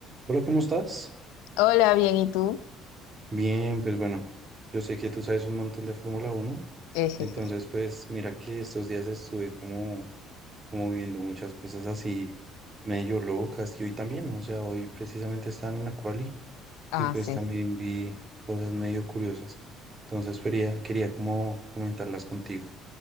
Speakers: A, on the right; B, on the left.
A: Hola, ¿cómo estás?
B: Hola, bien, ¿y tú?
A: Bien, pues bueno, yo sé que tú sabes un montón de Fórmula Uno,
B: Ejeje.
A: entonces pues mira que estos días estuve como, como viendo muchas cosas así medio locas y hoy también, o sea, hoy precisamente estaban en la quali
B: Ah,
A: y pues
B: sí.
A: también vi cosas medio curiosas, entonces quería, quería como comentarlas contigo.